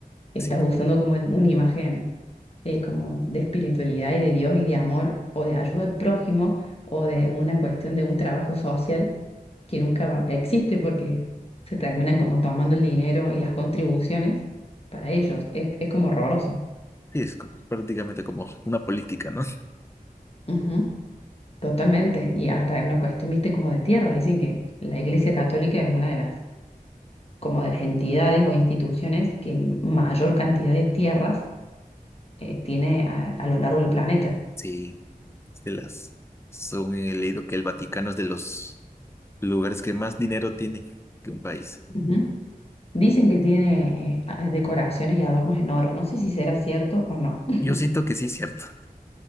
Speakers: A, on the left (about 40°); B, on the left (about 15°).
A: estás
B: Sí, pues,
A: usando como el- una imagen eh, como de espiritualidad y de Dios y de amor o de ayuda al prójimo o de una cuestión de un trabajo social que nunca va- existe porque se terminan como tomando el dinero y las contribuciones para ellos. Es, es como horroroso.
B: sí, es como- prácticamente como una política, ¿no?
A: Ujú, Totalmente. Y hasta es una cuestión, viste, como de tierra. Dicen que la Iglesia Católica es una de las como de las entidades o instituciones que mayor cantidad de tierras eh, tiene a, a lo largo del planeta.
B: Sí, de las. Según he leído que el Vaticano es de los lugares que más dinero tiene que un país.
A: Ujú. Dicen que tiene eh, a- decoraciones y adornos en oro. No sé si será cierto o no,
B: Yo
A: <laughs>
B: siento que sí es cierto.